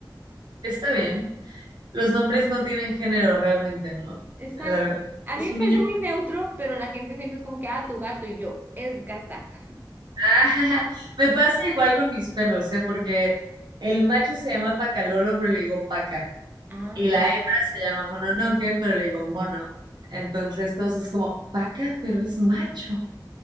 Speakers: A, on the right; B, on the right.
A: está bien. Los nombres no tienen género realmente, ¿no?
B: Exacto.
A: La verdad,
B: A
A: es
B: mí me
A: un
B: parece
A: niño.
B: muy neutro, pero la gente siempre es como que, ah, tu gato y yo, es gata.
A: Ah, <laughs> me pasa igual con mis perros, ¿eh? Porque el macho se llama Pacalolo, pero le digo Paca.
B: Ah,
A: Y la hembra se llama Mononoke, pero le digo Mono. Entonces, todos es como, Paca, pero es macho.